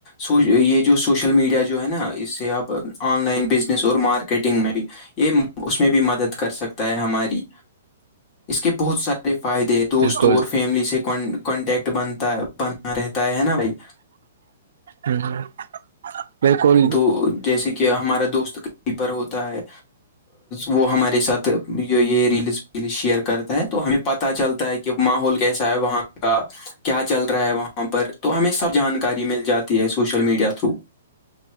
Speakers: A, on the left; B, on the right.
A: سو یہ جو سوشل میڈیا جو ہے نا اس سے اپ آن لائن بزنس اور مارکیٹنگ میں بھی یہ اس میں بھی مدد کر سکتا ہے ہماری اس کے بہت ساریے فائدے دوست
B: بالکل
A: اور فیملی سے کانٹیکٹ بنتا بنا رہتا ہے نا بھائی
B: ہوں بالکل
A: تو جیسے کہ ہمارا دوست کیپر ہوتا ہے وہ ہمارے ساتھ یہ یہ ریلز ویل شیئر کرتا ہے تو ہمیں پت چلتا ہے کہ کہ ماحول کیسا ہے وہاں کا کیا چل رہا ہے وہاں پر تو ہمیں سب جانکاری مل جاتی ہے سوشل میڈیا تھرو